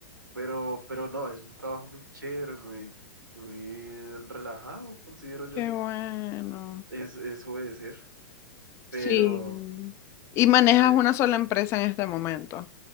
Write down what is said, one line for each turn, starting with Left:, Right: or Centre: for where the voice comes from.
Right: pero, pero no, es un trabajo muy chévere, muy, muy relajado, considero yo.
Left: qué bueno.
Right: Es, es obedecer,
Left: Sí.
Right: pero
Left: Y manejas
Right: eh,
Left: una sola empresa en este momento.